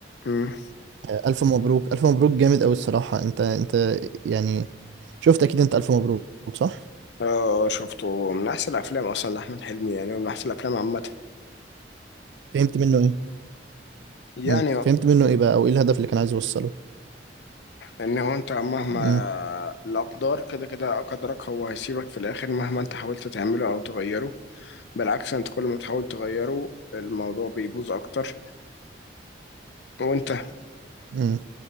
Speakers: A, on the left (about 65°); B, on the right (about 70°).
A: مم.
B: آه، الف مبروك الف مبروك جامد قوي الصراحه انت انت يعني شفت اكيد انت الف مبروك صح
A: آه شفته من أحسن الأفلام أصلا لأحمد حلمي يعني ومن أحسن الأفلام عامة
B: فهمت منه ايه
A: يعني
B: مم. فهمت منه ايه بقى او ايه الهدف اللي كان عايز يوصله
A: إن هو أنت مهما
B: مم.
A: الأقدار كده كده أقدرك هو هيسيبك في الآخر مهما أنت حاولت تعمله أو تغيره بالعكس أنت كل ما تحاول تغيره الموضوع بيبوظ أكتر وأنت
B: مم.